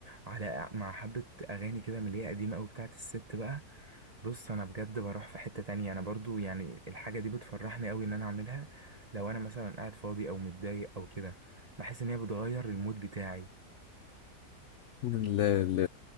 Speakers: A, on the right; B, on the left.
A: وعلى مع حبة أغاني كده من اللي هي قديمة أوي بتاعت الست بقى بص انا بجد بروح في حتة تانية انا برضو يعني الحاجة دي بتفرحني قوي ان انا اعملها لو انا مثلا قاعد فاضي او متضايق او كده بحس ان هي بتغير المود بتاعي
B: من ال- ال-